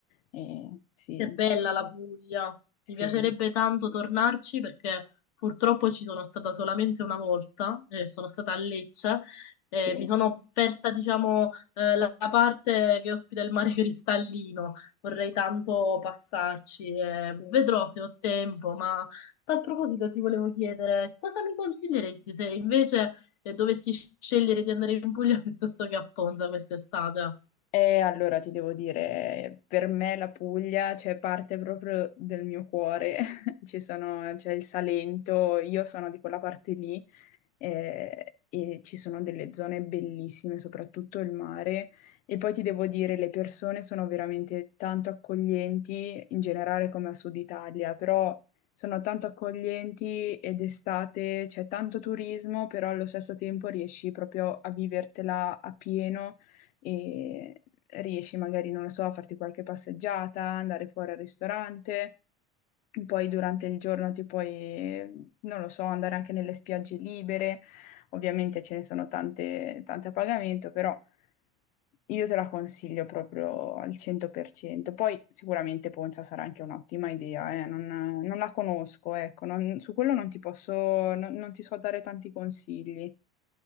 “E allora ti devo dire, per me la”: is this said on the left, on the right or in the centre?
Left